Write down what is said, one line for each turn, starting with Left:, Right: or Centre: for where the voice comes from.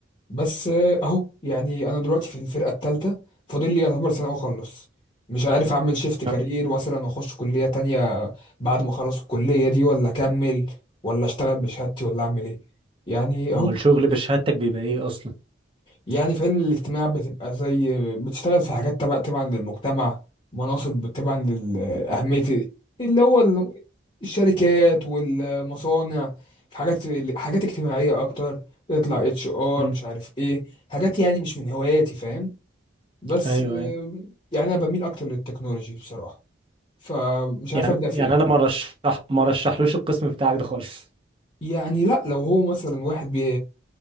Left: بس آه، أهو يعني أنا دلوقتي في الفرقة التالتة فاضل لي يعتبر سنة وأخلص مش عارف أعمل شيفت كارير
Right: آه.
Left: مثلا وأخش كلية تانية بعد ما أخلص الكلية دي ولا أكمل ولا أشتغل بشهادتي ولا أعمل إيه يعني أهو
Right: هو الشغل بشهادتك بيبقى ايه اصلا
Left: يعني في علم الاجتماع بتبقى زي بتشتغل في حاجات تبع تبعا للمجتمع مناصب تبعا لأهمية اللي هو ال- الشركات والمصانع في حاجات حاجات اجتماعية أكتر تطلع اتش ار
Right: امم
Left: مش عارف ايه حاجات يعني مش من هواياتي فاهم بس
Right: ايوه
Left: آم،
Right: ايوه
Left: يعني أنا بميل أكتر للتكنولوجي بصراحة فمش عارف
Right: يعني
Left: أبدأ
Right: يعني
Left: في ايه
Right: انا ما رشح ما رشحلوش القسم بتاعك ده خالص
Left: يعني لا لو هو مثلا واحد